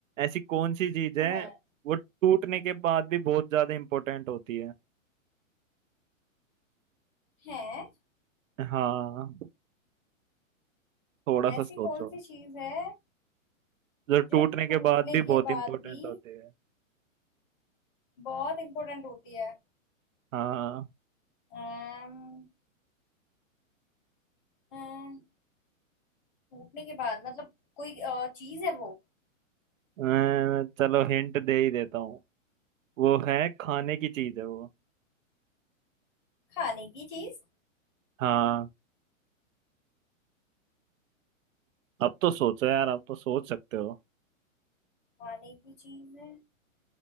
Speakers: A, on the right; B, on the left.
A: ऐसी कौन सी चीज है
B: हाँ
A: वो टूटने के बाद भी बहुत ज्यादा इम्पोर्टेंट होती है
B: है
A: हाँ थोड़ा
B: ऐसी
A: सा सोचो
B: कौन सी चीज है
A: जो
B: जो
A: टूटने
B: टूटने
A: के बाद भी
B: के
A: बहुत
B: बाद
A: इम्पोर्टेंट
B: भी
A: होते हैं
B: बहुत इंपॉर्टेंट होती है
A: हाँ
B: अम्म, अम्म, टूटने के बाद मतलब कोई अ, चीज है वो
A: अं, चलो हिंट दे ही देता हूँ वो है खाने की चीज है वो
B: खाने की चीज
A: हाँ अब तो सोचो यार अब तो सोच सकते हो
B: खाने की चीज है